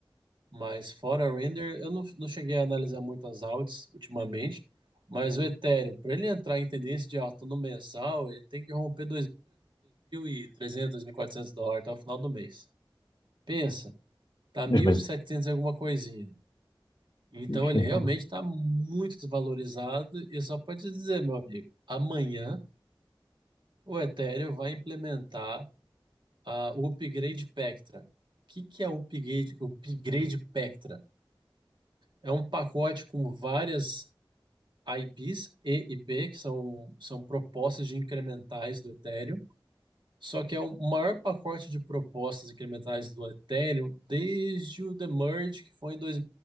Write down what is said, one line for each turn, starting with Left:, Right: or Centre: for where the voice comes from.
Right: Mas fora a Render, eu não, não cheguei a analisar muitas altas ultimamente. Mas o Ethereum, para ele entrar em tendência de alta no mensal, ele tem que romper 2.300, 2.300, quatrocentos dólares até o final do mês. Pensa, tá 1.700
Left: Deixa eu ver.
Right: e setecentos e alguma coisinha. Então
Left: Ixi,
Right: ele
Left: então.
Right: realmente está muito desvalorizado e só pode te dizer, meu amigo, amanhã o Ethereum vai implementar a, o Upgrade Pectra. O que, que é o Upgrade, Upgrade Pectra? É um pacote com várias IPs e IP, que são, são propostas de incrementais do Ethereum, só que é o maior pacote de propostas incrementais do Ethereum desde o The Merge, que foi em, dois,